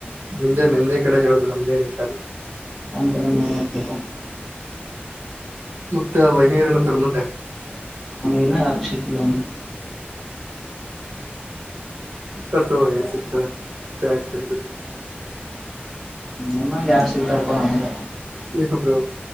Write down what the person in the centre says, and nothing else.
ನಮ್ ಕಡೆನು ಏನು ಇಲ್ಲಪ್ಪ.
ಇನ್ನು ಯಾರು ಸಿಕ್ಕಿಲ್ಲ ಅಣ್ಣ.
ನಿಮ್ಮಂಗೆ ಯಾರು ಸಿಕ್ತಾರಪ್ಪ ನನಗ.